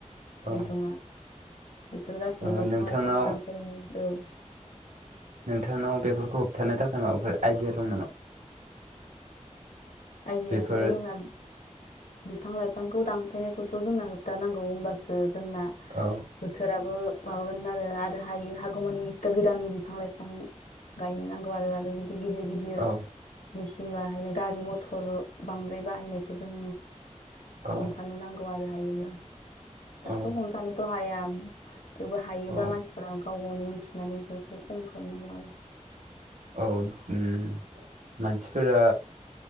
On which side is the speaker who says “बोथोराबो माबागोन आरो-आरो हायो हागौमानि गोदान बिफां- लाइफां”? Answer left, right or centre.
Left